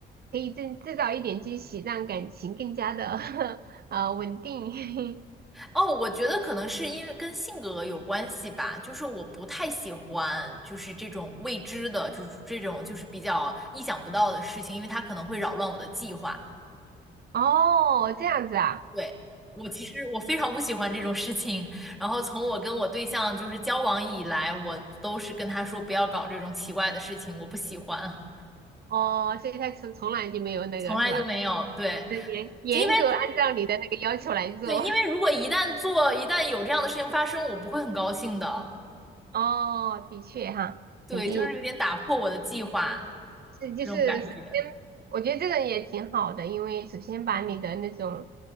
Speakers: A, on the right; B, in the centre.
A: 可以制制造一点惊喜，让感情更加的 <laughs> 呃稳定。
B: 哦，我觉得可能是因为跟性格有关系吧，就是我不太喜欢就是这种未知的，就是这种就是比较意想不到的事情，因为它可能会扰乱我的计划。
A: <laughs> 哦，这样子啊，
B: 对，我其实我非常不喜欢这种事情。然后从我跟我对象就是交往以来，我都是跟他说不要搞这种奇怪的事情，我不喜欢，
A: 哦，所以他从从来就没有那个是吧？
B: 从来就没有。对，
A: 就严严格按照你的那个要求来做。
B: 因为对，因为如果一旦做，一旦有这样的事情发生，我不会很高兴的。
A: <laughs> 哦，的确哈，
B: 对，
A: 肯定。
B: 就是有点打破我的计划
A: 是就是首先，
B: 这种感觉。
A: 我觉得这个也挺好的，因为首先把你的那种